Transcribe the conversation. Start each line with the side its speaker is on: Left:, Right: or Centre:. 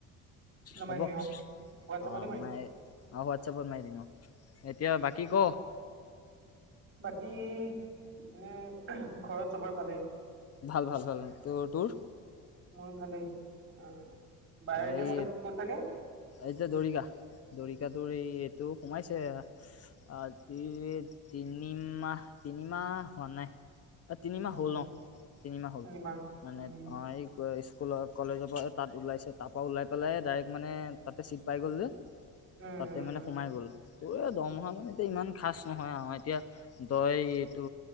Right: ফটো
Left: হ'ব।
Right: মাৰি দিবি অ হোৱাটছআপতে
Left: অ',
Right: মাৰি
Left: মই
Right: দিবি
Left: এই হোৱাটছআপত মাৰি দিম। অ'। এতিয়া বাকী ক।
Right: বাকী এনে ঘৰত চবৰে ভালেই?
Left: ভাল, ভাল, ভাল। তোৰ-তোৰ?
Right: মোৰ ভালেই। উম, বায়ে এতিয়া
Left: এই
Right: ক'ত আছ-থাকে?
Left: এতিয়া দৰিকা দৰিকাটোৰ এই এইটো সোমাইছে, আজি তিনিমাহ তি তিনিমাহ হোৱা নাই। তিনিমাহ
Right: উম
Left: হ'ল ন তিনিমাহ হল
Right: নিমা
Left: মানে
Right: উম
Left: অ' এই স্কুলৰ কলেজত ত তাত ওলাইছে তাৰপৰা ওলাই পেলাই ডাইৰেক্ট মানে তাতে চিট পাই গ'ল যে
Right: উম
Left: তাতে মানে
Right: উম
Left: সোমাই গ'ল তোৰ দম মহা মানে এতিয়া ইমান খাচ নহয় আম এতিয়া দয় এইটো